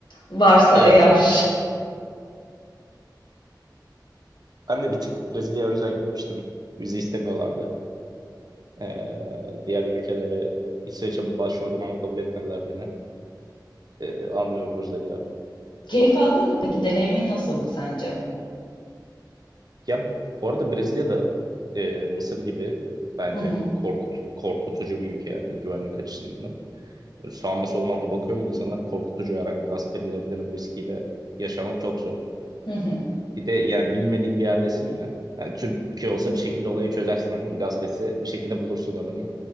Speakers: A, on the left (about 80°); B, on the right (about 60°).
A: varsa
B: Evet.
A: eğer.
B: Ben de bir tık Brezilya'ya o yüzden gitmiştim. Vize istemiyorlardı. Ee, diğer ülkelere İsveç'e başvurdum ama kabul etmediler beni. Ee, almıyoruz dediler.
A: <laughs> Keyif aldın mı peki? Deneyimin nasıldı sence?
B: Ya bu arada Brezilya'da e, Mısır gibi bence
A: Hı hı.
B: korkut, korkutucu bir ülke yani güvenlik açısından. Böyle sağıma soluma bakıyorum insanlar korkutucu her an gasp edilebilirim riskiyle yaşamak çok zor.
A: Hı hı.
B: Bir de yani bilmediğin bir yerdesin ya. Yani Türkiye olsa bir şekilde olayı çözersin anladın mı? Gasp etse bir şekilde bulursun adamı.